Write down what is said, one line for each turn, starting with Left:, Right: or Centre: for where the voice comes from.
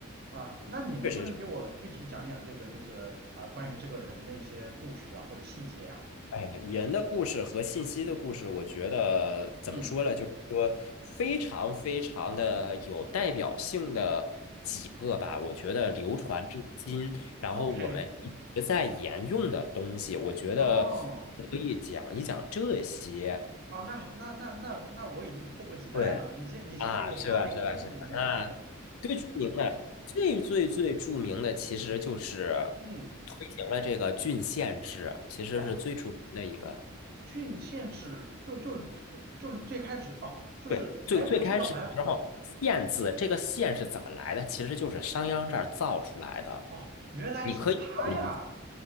Right: 啊。那你能不能给我具体讲讲这个，
Left: 确实是。
Right: 就是啊，关于这个人的一些故事啊，或者细节啊？
Left: 哎，人的故事和信息的故事，我觉得怎么说呢？
Right: 嗯
Left: 就是说非常非常的有代表性的几个吧，我觉得流传至今，然后我们一直在沿用的东西，
Right: ，OK，OK，
Left: 我觉得
Right: 哦。
Left: 可以讲一讲这些。
Right: 哦，那那那那那我已经迫不及待了。
Left: 对。
Right: 你先你先给我抛一个最著名的吧。
Left: 啊，是吧？是吧？是吧？啊，最著名的、最最最著名的，其实就是
Right: 嗯，
Left: 推行了这个郡县制，其实是最著名的一个。
Right: 哦，郡县制就就就就是最开始哦，就是哎，
Left: 对，最最开始的时候，
Right: 我记得好像
Left: 县字这个县是怎么来的？其实就是商鞅这儿造出来的。
Right: 哦，原来是他呀。
Left: 你可以这么理解，